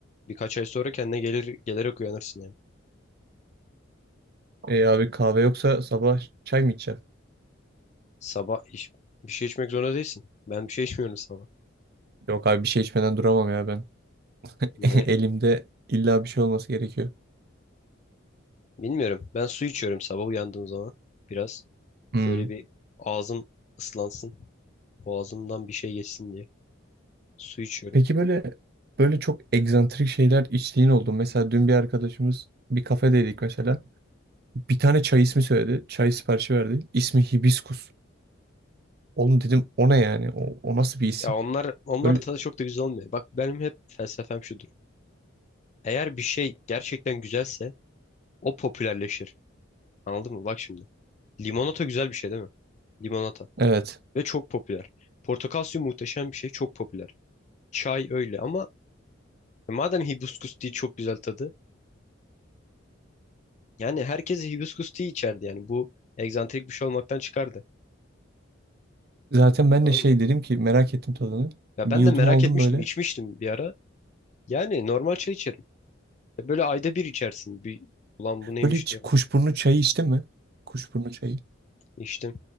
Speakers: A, on the left; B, on the right.
A: birkaç ay sonra kendine gelir gelerek uyanırsın yani.
B: E abi kahve yoksa sabah çay mı içeceğim?
A: Sabah iç- bir şey içmek zorunda değilsin. Ben bir şey içmiyorum sabah.
B: Yok abi bir şey içmeden duramam ya ben. <laughs>
A: Niye?
B: Elimde illa bir şey olması gerekiyor.
A: Bilmiyorum. Ben su içiyorum sabah uyandığım zaman. Biraz
B: Hmm.
A: böyle bir ağzım ıslansın. Boğazımdan bir şey geçsin diye. Su içiyorum.
B: Peki böyle böyle çok egzantrik şeyler içtiğin oldu. mu? Mesela dün bir arkadaşımız bir kafedeydik mesela. Bir tane çay ismi söyledi. Çay siparişi verdi. İsmi Hibiskus. Oğlum dedim o ne yani? O, o nasıl bir isim?
A: Ya onlar onlar
B: Böyle
A: da tadı çok da güzel olmuyor. Bak benim hep felsefem şudur. Eğer bir şey gerçekten güzelse o popülerleşir. Anladın mı? Bak şimdi. Limonata güzel bir şey değil mi? Limonata.
B: evet.
A: Ve çok popüler. Portakal suyu muhteşem bir şey. Çok popüler. Çay öyle ama e, madem hibiskus tea çok güzel tadı. Yani herkes hibiskus tea içerdi yani. Bu egzantrik bir şey olmaktan çıkardı.
B: Zaten ben
A: Anladın
B: de şey
A: mı?
B: dedim ki merak ettim tadını.
A: Ya
B: Bir
A: ben
B: yudum
A: de merak
B: aldım
A: etmiştim.
B: böyle.
A: içmiştim bir ara. Yani normal çay içerim. E Böyle ayda bir içersin. Bir, ulan bu neymiş
B: Böyle hiç
A: diye bak.
B: kuşburnu çayı içtin mi? Kuşburnu çayı.
A: İçtim.